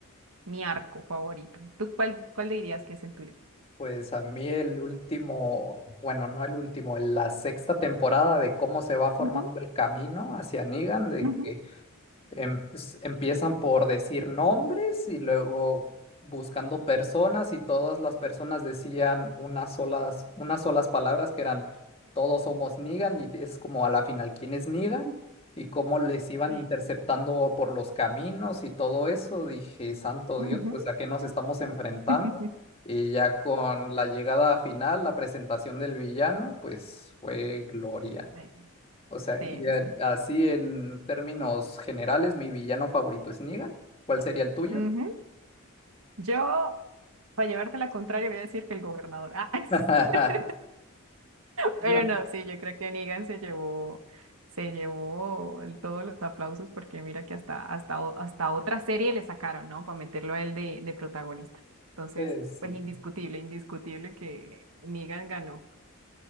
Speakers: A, on the right; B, on the left.
A: mi arco favorito. ¿Tú cuál, cuál dirías que es el tuyo?
B: Pues a mí el último, bueno, no el último, la sexta temporada de cómo se va formando
A: Ujú.
B: el camino hacia Negan, de
A: Ujú,
B: que em- s- empiezan por decir nombres y luego buscando personas y todas las personas decían unas solas, unas solas palabras que eran todos somos Negan y es como a la final quién es Negan y cómo les iban
A: Sí.
B: interceptando por los caminos y todo eso. Dije, santo
A: ujú.
B: Dios, pues a qué nos estamos enfrentando.
A: <laughs>
B: Y ya con la llegada final, la presentación del villano, pues fue gloria.
A: sí
B: O sea,
A: sí,
B: y en-
A: eso.
B: así en términos generales, mi villano favorito es Negan. ¿Cuál sería el tuyo?
A: Ujú. Yo, para llevarte la contraria, voy a decir que el gobernador. Ah,
B: <laughs>
A: <laughs> pero
B: No,
A: no, sí, yo creo que Negan se llevó, se llevó el- todos los aplausos porque mira que hasta, hasta, o- hasta otra serie le sacaron, ¿no? Para meterlo a él de, de protagonista. Entonces,
B: pues
A: pues
B: sí.
A: indiscutible, indiscutible que Negan ganó.